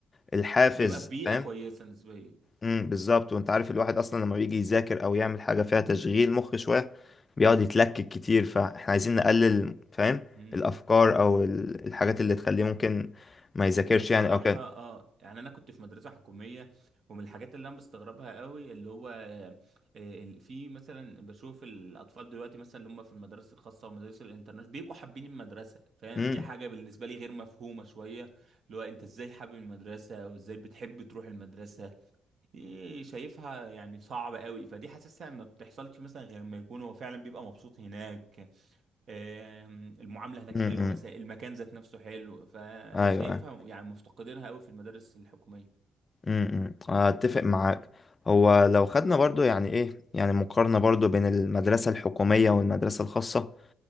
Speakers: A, on the left; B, on the right.
A: الحافز
B: نبقى في بيئة
A: فاهم
B: كويسة نسبيا
A: امم بالظبط وأنت عارف الواحد أصلا لما بيجي يذاكر أو يعمل حاجة فيها تشغيل مخ شوية بيقعد يتلكك كتير فإحنا عايزين نقلل فاهم
B: امم
A: الأفكار أو ال- الحاجات اللي تخليه ممكن ما يذاكرش
B: هو الصراحة
A: يعني أو كده
B: اه يعني أنا كنت في مدرسة حكومية ومن الحاجات اللي أنا بستغربها قوي اللي هو آه، ال- في مثلا بشوف الأطفال دلوقتي مثلا اللي هم في المدارس الخاصة والمدارس الانترناشونال بيبقوا حابين المدرسة فاهم
A: امم
B: دي حاجة بالنسبة لي غير مفهومة شوية اللي هو أنت إزاي حابب المدرسة وإزاي بتحب تروح المدرسة دي شايفها يعني صعب قوي فدي حاسسها ما بتحصلش مثلا غير ما يكون هو فعلا بيبقى مبسوط هناك آم، المعاملة هناك
A: امم
B: حلوة
A: أمم.
B: مثلا المكان ذات نفسه حلو فشايفها
A: أيوه أيوة.
B: يعني مفتقدينها قوي في المدارس الحكومية
A: امم اتفق معاك هو لو خدنا برضو يعني ايه يعني مقارنة برضو بين المدرسة الحكومية والمدرسة الخاصة